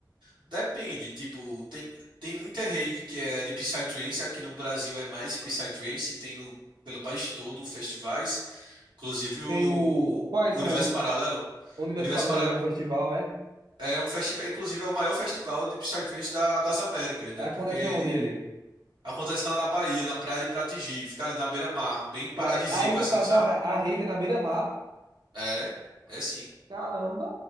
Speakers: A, on the right; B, on the right.
A: Depende, tipo, tem, tem muita rave que é de Psytrance, aqui no Brasil é mais Psytrance, tem no, pelo país todo festivais, inclusive o
B: Tem o. Quais
A: Universo
B: são. o
A: Paralelo.
B: o Universo
A: O Universo
B: Paralelo
A: Paralelo
B: é um festival, é?
A: é um festival, inclusive é o maior festival de Psytrance da- das Américas, né?
B: Acontece
A: Porque ele
B: aonde ele?
A: acontece lá na Bahia, na Praia de Pratigi, fica ali na beira-mar, bem paradisíaco
B: Le- Aí, no
A: assim,
B: caso,
A: sabe?
B: a, ra- a rave é na beira-mar.
A: É, é sim.
B: Caramba!